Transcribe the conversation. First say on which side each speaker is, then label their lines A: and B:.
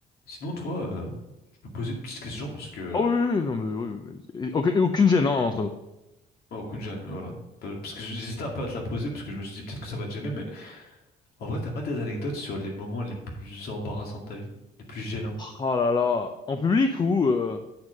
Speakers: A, on the left; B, on the left.
A: Sinon, toi, euh, je peux poser une petite question parce que.
B: Ah oui, oui,
A: euh,
B: oui, non, mais oui, oui. oui. Et aucun- et Aucune gêne, hein, entre nous.
A: Oh, Kunjan, voilà. Euh, Parce que j'hésite un peu à te la poser parce que je me suis dit peut-être que ça va te gêner, mais en vrai, t'as pas des anecdotes sur les moments les plus embarrassants de ta vie, les plus gênants?
B: Oh là là. En public ou euh,